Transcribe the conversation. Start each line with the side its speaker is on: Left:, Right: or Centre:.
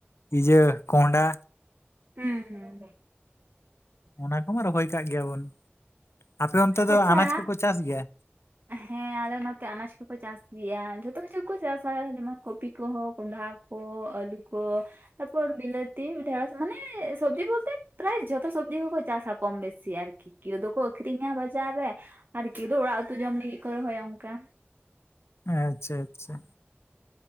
Left: ᱤᱡᱟᱹ ᱠᱚᱸᱰᱷᱟ
Right: ᱦᱸ
Left: ᱚᱱᱟ ᱠᱚᱢᱟ ᱨᱚᱦᱚᱭ ᱠᱟᱜ ᱜᱮᱭᱟᱵᱚᱱ ᱟᱯᱮ ᱚᱱᱛᱮ ᱫᱚ
Right: ᱟᱪᱪᱷᱟ
Left: ᱟᱱᱟᱡ ᱠᱚᱠᱚ ᱪᱟᱥ ᱜᱮᱭᱟ
Right: ᱦᱮᱸ ᱟᱞᱮ ᱱᱚᱛᱮ ᱟᱱᱟᱡᱽ ᱠᱚᱠᱚ ᱪᱟᱥ ᱜᱮᱭᱟ ᱡᱷᱚᱛᱚ ᱠᱤᱪᱷᱩ ᱠᱚ ᱪᱟᱥᱟ ᱡᱮᱢᱚᱱ ᱠᱚᱯᱤ ᱠᱚᱦᱚᱸ ᱠᱚᱸᱰᱷᱟ ᱠᱚ ᱚ ᱟᱹᱞᱩ ᱠᱚ ᱛᱟᱯᱚᱨ ᱵᱤᱞᱟᱹᱛᱤ ᱰᱷᱮᱸᱲᱚᱥ ᱢᱟᱱᱮ ᱥᱚᱵᱽᱡᱤ ᱵᱚᱞᱛᱮ ᱯᱨᱟᱭ ᱡᱷᱚᱛᱚ ᱥᱚᱵᱽᱡᱤ ᱠᱚᱠᱚ ᱪᱟᱥᱟ ᱠᱚᱢ ᱵᱮᱥᱤ ᱟᱨᱠᱤ ᱠᱮᱣ ᱫᱚᱠᱚ ᱟᱹᱷᱨᱤᱧᱟ ᱵᱟᱡᱟᱨ ᱨᱮ ᱟᱨ ᱠᱮᱣ ᱫᱚ ᱚᱲᱟᱜ ᱩᱛᱩ ᱡᱚᱢ ᱞᱟᱹᱜᱤᱫ ᱠᱚ ᱨᱚᱦᱚᱭᱟ ᱚᱝᱠᱟ
Left: ᱟᱪᱪᱷᱟ ᱟᱪᱪᱷᱟ